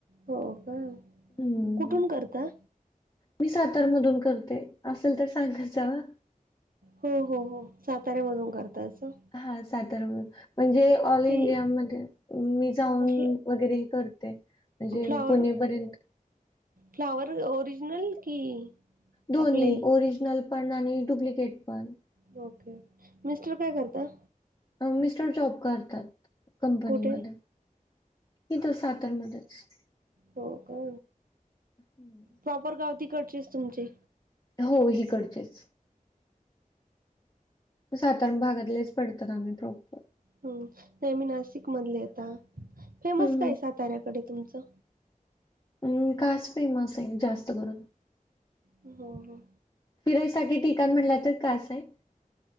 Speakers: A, on the right; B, on the left.
A: हो का,
B: हम्म.
A: कुठून करता?
B: मी सातारमधून करते, असल तेच सांगत जावा.
A: हो हो हो, साताऱ्यामधून करता असं?
B: हा सातार मधून, म्हणजे ऑल इंडिया
A: ते
B: मध्ये, मी जाऊन
A: फ्ल
B: वगैरे हे करते. जेम
A: फ्लॉवर
B: पुणेपर्यंत
A: फ्लावर ओरिजनल की
B: दोन्ही,
A: आपले
B: ओरिजनल पण आणि डुप्लिकेट पण.
A: ओके ओके, मिस्टर काय करता?
B: मिस्टर जॉब करतात. कंपनी
A: कुठे?
B: मध्ये, इथं सातरमध्येच.
A: हो का?
B: हं.
A: प्रॉपर गाव तिकडचेच तुमचे.
B: हो हिकडचेच. सातारा भागातलेच पडतात आम्ही प्रॉपर.
A: हम्म. नाही मी नाशिकमधली आहे आता. फेमस
B: हं,
A: काय
B: हं.
A: साताऱ्याकडे तुमचं?
B: हम्म, कास फेमस आहे जास्त करून.
A: हो, हो.
B: फिरायसाठी ठिकाण म्हणलं तर कासं आहे.